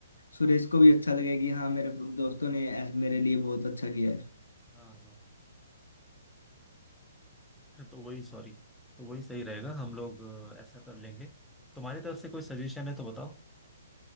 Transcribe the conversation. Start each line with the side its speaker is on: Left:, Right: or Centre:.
Left: सुरेश को भी अच्छा लगे कि हाँ मेरे दोस्तों ने ऐस- मेरे लिए बहुत अच्छा किया है
Centre: हाँ हाँ <laughs> तो वही सॉरी तो वही सही रहेगा हम लोग अ, ऐसा कर लेंगे तुम्हारी तरफ से कोई सजेशन है तो बताओ